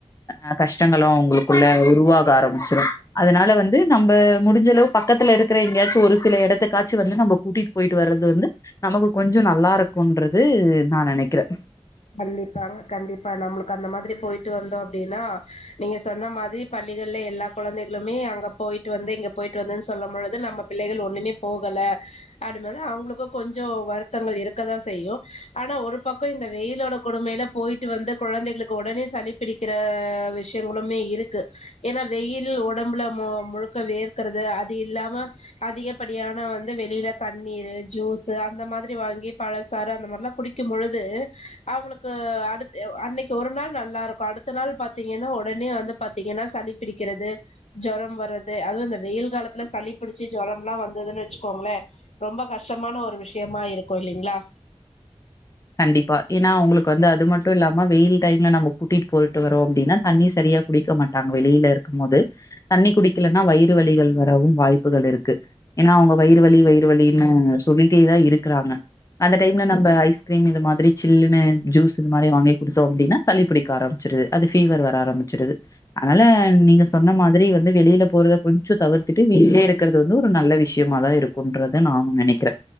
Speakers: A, on the left; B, on the left.
A: ஆ கஷ்டங்களு அவுங்களுக்குள்ள உருவாக ஆரம்பிச்சிரு அதனால வந்து நம்ப முடிஞ்சளவு பக்கத்துல இருக்கிற எங்கயாச்சு ஒரு சில எடத்துக்காச்சு வந்து நம்ம கூட்டிட்டு போயிட்டு வர்றது வந்து நமக்கு கொஞ்ச நல்லா இருக்குன்றது நா நெனைக்கிறே
B: கண்டிப்பாங்க கண்டிப்பா நம்மளுக்கு அந்த மாதிரி போயிட்டு வந்தோ அப்டின்னா நீங்க சொன்ன மாதிரி பள்ளிகள்ல எல்லா குழந்தைகளுமே அங்க போயிட்டு வந்தே இங்க போயிட்டு வந்தேன்னு சொல்லும் பொழுது நம்ம பிள்ளைகள் ஒண்ணுமே போகல அப்டின்னவுனே அவுங்களுக்கு கொஞ்சோ வருத்தங்கள் இருக்கதா செய்யு ஆனா ஒரு பக்கோ இந்த வெயிலோட கொடுமைல போயிட்டு வந்து கொழந்தைகளுக்கு உடனே சளி பிடிக்கிற வி விஷயங்களுமே இருக்கு ஏன்னா வெயிலு ஒடம்புல மு முழுக்க வேக்கறது அது இல்லாம அதிகப்படியான வந்து வெளில தண்ணீரு ஜூஸு அந்த மாதிரி வாங்கி பழ சாறு அந்த மாரிலா குடிக்கும் பொழுது அவங்களுக்கு அடுத் அ அன்னைக்கு ஒரு நாள் நல்லா இருக்கு அடுத்த நாள் பாத்தீங்கன்னா உடனே வந்து பாத்தீங்கன்னா சளி பிடிக்கிறது ஜொரம் வர்றது அதுவு இந்த வெயில் காலத்துல சளி பிடிச்சு ஜொரம்லா வந்ததுன்னு வெச்சுக்கோங்களே ரொம்ப கஷ்டமான ஒரு விஷயமா இருக்கு இல்லிங்களா
A: கண்டிப்பா ஏன்னா அவங்களுக்கு வந்து அது மட்டு இல்லாம வெயில் டைம்ல நம்ம கூட்டிட்டு போயிட்டு வரோ அப்டினா தண்ணி சரியா குடிக்க மாட்டாங்க வெளில இருக்கும் போது தண்ணி குடிக்கலன்னா வயிறு வலிகள் வரவு வாய்ப்புகள் இருக்கு ஏன்னா அவங்க வயிறு வலி வயிறு வலின்னு சொல்லிட்டேதா இருக்கிறாங்க அந்த டைம்ல நம்ம ஐஸ் கிரீம் இது மாதிரி சில்லுன்னு ஜூஸ் இது மாரி வாங்கி குடுத்தோ அப்டின்னா சளி பிடிக்க ஆரம்பிச்சிருது அது ஃபீவர் வர ஆரம்பிச்சிருது அதனால நீங்க சொன்ன மாதிரி வந்து வெளில போறத கொஞ்சோ தவிர்த்துட்டு வீட்லயே இருக்கறது வந்து ஒரு நல்ல விஷயமாதா இருக்குன்றத நானு நெனைக்கிறே